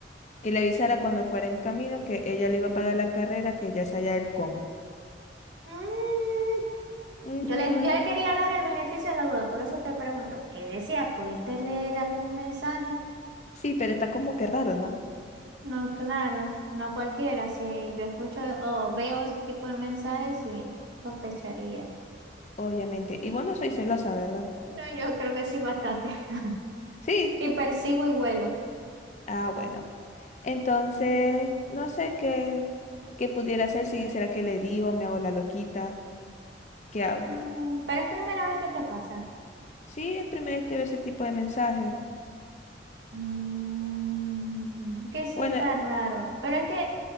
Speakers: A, on the left (about 40°); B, on the right (about 85°).
A: que le avisara cuando fuera en camino que ella le iba a pagar la carrera, que ya sabía el cómo.
B: Mm,
A: Ujú.
B: yo le, yo le quería dar el beneficio de la duda, por eso te pregunto, ¿qué decía? ¿Pudiste leer algún mensaje?
A: Sí, pero está como que raro, ¿no?
B: No, claro, no cualquiera. Si yo escucho o veo ese tipo de mensajes, sí, sospecharía.
A: Obviamente. Y bueno, soy celosa, ¿verdad?
B: No, yo creo que sí, bastante. <laughs>
A: Sí.
B: Y percibo y vuelo.
A: Ah, bueno. Entonces, no sé qué, qué pudiera hacer, si será que le digo, me hago la loquita, ¿qué hago?
B: Mm, pero es primera vez que te pasa.
A: Sí, es primera vez que veo ese tipo de mensajes.
B: Mm, que sí
A: Bueno,
B: está raro. Pero es que